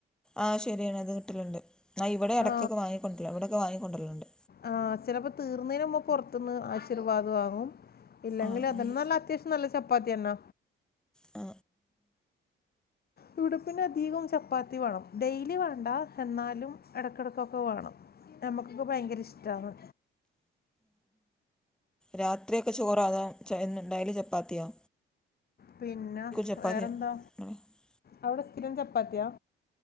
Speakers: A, in the centre; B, on the left.
A: ആ ശരിയാണ് അത് കിട്ടലുണ്ട് ആാ ഇവിടെ ഇടയ്ക്കൊക്കെ
B: ആ
A: വാങ്ങിക്ക കൊണ്ട ഇവിടെക്കെ വങ്ങിക്കെണ്ട ലുണ്ട്
B: ആ ചിലപ്പോ തീർന്നതിനന് മുമ്പ പുറത്തുന്ന് ആശീർവാദം വാങ്ങും ഇല്ലെങ്കിൽ
A: ആഹ്
B: അതെ
A: ആഹ്
B: നല്ല അത്യാവശ്യം നല്ല ചപ്പാത്തിയന്ന
A: ആ
B: ഇവിടെ പിന്നെ അധികം ചപ്പാത്തി വേണം ഡെയിലി വേണ്ട എന്നാലും ഇടക്കിടക്കൊക്കെ വേണം നമുക്കൊക്കെ ഭയങ്കര ഇഷ്ടമാണ്
A: രാത്രിഒക്കെ ചോറോ അതോ ഡെയിലി ചപ്പാത്തിയൊ
B: പിന്നെ
A: ചപ്പാത്തിയും
B: വേറെന്താ അവിടെ സ്ഥിരം ചപ്പാത്തിയാ?